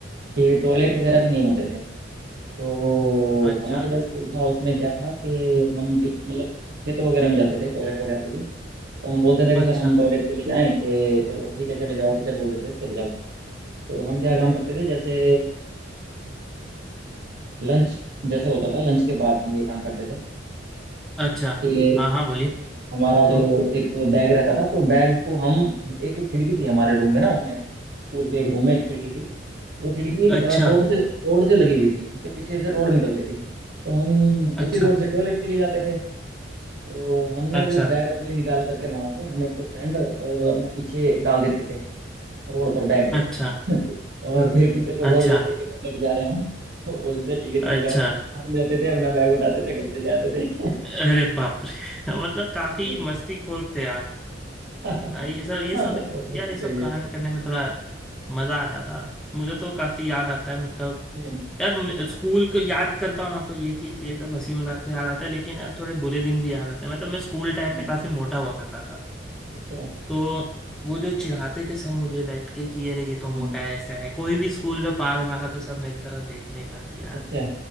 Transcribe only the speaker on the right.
कि टॉयलेट वगैरह भी नहीं होते थे तो
हमारा जो स्कूल था उसमें क्या था कि हम टी- मतलब खेतों वगैरह में जाते थे टॉयलेट वगैरह के लिए तो हम बोलते थे
कि सर हम टॉयलेट के लिए जाएं कि चलो ठीक है चले जाओ टीचर बोलते थे चले जाओ तो हम क्या काम करते थे जैसे लंच जैसे होता था लंच के बाद हम ये काम करते
थे
हमारा जो
एक बैग रहता था तो बैग को हम एक खिड़की थी हमारे रूम में ना उसमें स्कूल के एक रूम में एक खिड़की थी वो खिड़की अ,
रोड से रोड से लगी हुई थी उसके पीछे से रोड निकलती थी तो हम
उसी रोड से टॉयलेट के लिए जाते थे तो हमने
वो बैग अपने निकाल करके वहां से हम एक तो फ्रेंड और अपना पीछे डाल देते थे रोड पर बैग को
<laughs> और फिर टीचर को
बोल देते कि टॉयलेट जा रहे हैं <laughs> वो बोलते थे ठीक है
चले जाओ हम जाते थे अपना बैग उठाते थे घर चले आते थे
<laughs>
हाँ
लव बहुत मस्ती
करी
है
हम्म
हम्म,
अच्छा
हम्म
अच्छा